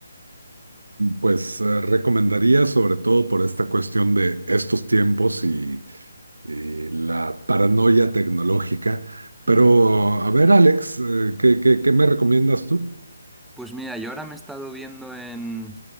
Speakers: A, on the right; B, in the centre.
A: Pues eh, recomendaría sobre todo por esta cuestión de estos tiempos y, y la paranoia tecnológica. Pero
B: Mm.
A: a ver, Alex, eh, ¿qué, qué, qué me recomiendas tú?
B: Pues mira, yo ahora me he estado viendo en,